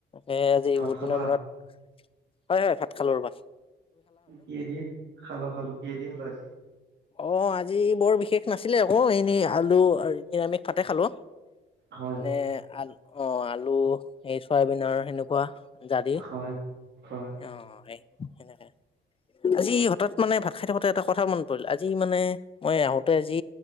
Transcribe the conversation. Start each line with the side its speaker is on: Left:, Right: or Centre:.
Left: সে আজি
Right: ভাত
Left: বহুত
Right: খালা
Left: দিনৰ মূৰত হয় হয় ভাত খালো ৰ বা
Right: কিদি খালো খালো কিদি খালাই
Left: অ আজি বৰ বিশেষ নাছিলে আকৌ এনেই আলু নিৰামিষ ভাতে খালো মানে
Right: হয়
Left: আল অ আলু এই চ'বিন হেনেকুৱা কোৱা ডাদি
Right: হয় হয়
Left: অ এক আজি হঠাৎ মানে ভাত খাই থাকোতে এটা কথা মন পৰিল আজি মানে মই আহোতে আজি